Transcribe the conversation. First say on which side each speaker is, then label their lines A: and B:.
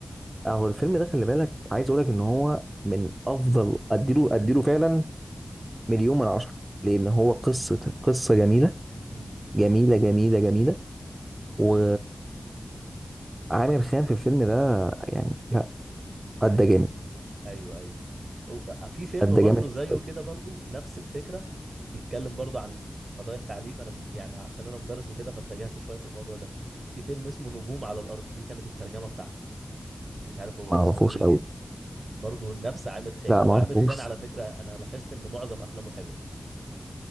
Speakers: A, on the right (about 30°); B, on the right (about 75°).
A: اهو الفيلم ده خلي بالك عايز اقول لك ان هو من افضل اديله اديله فعلا مليون من عشرة لان هو قصة قصة جميلة
B: امم
A: جميلة جميلة جميلة و عامر خان في الفيلم ده يعني لا قد
B: ايوه
A: جامد
B: ايوه ايوه و- آه، في فيلم
A: قد
B: برضه
A: جامد
B: زيه كده برضه نفس الفكرة بيتكلم برضه عن قضايا التعليم انا ب- يعني عشان انا مدرس وكده فاتجهت شوية في الموضوع ده في فيلم اسمه نجوم على الارض دي كانت الترجمة بتاعته مش عارف هو
A: ما
B: اسمه
A: اعرفوش
B: ايه بالهندي
A: قوي
B: برضه نفس عامر خان
A: لا
B: هو
A: ما
B: عامر
A: اعرفوش
B: خان على فكرة انا لاحظت ان معظم افلامه حلوة